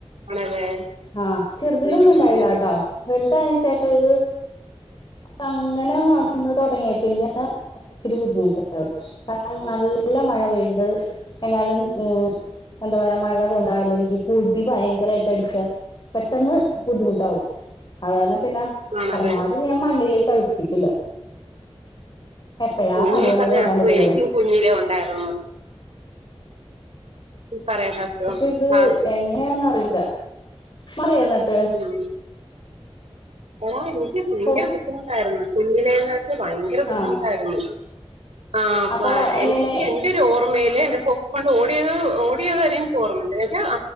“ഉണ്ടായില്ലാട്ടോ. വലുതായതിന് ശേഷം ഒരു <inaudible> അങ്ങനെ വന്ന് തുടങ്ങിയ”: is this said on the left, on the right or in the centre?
Left